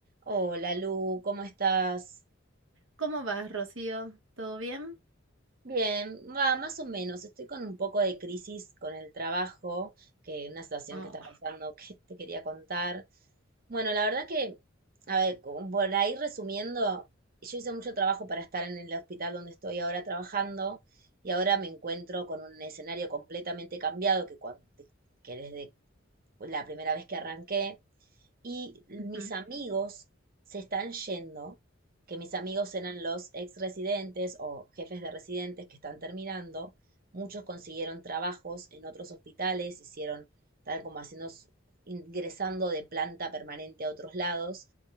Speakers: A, on the right; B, on the right.
A: Hola Lu, ¿cómo estás?
B: ¿Cómo vas, Rocío? ¿Todo bien?
A: Bien, va, más o menos. Estoy con un poco de crisis con el trabajo, que una situación
B: Oh,
A: que está pasando <laughs> que te quería contar. Bueno, la verdad que, a ver, como por ahí resumiendo, yo hice mucho trabajo para estar en el hospital donde estoy ahora trabajando y ahora me encuentro con un escenario completamente cambiado que, cuando, que desde la primera vez que arranqué, y mis
B: Ujú.
A: amigos se están yendo, que mis amigos eran los ex residentes o jefes de residentes que están terminando, muchos consiguieron trabajos en otros hospitales, hicieron, estaban como haciendo, ingresando de planta permanente a otros lados,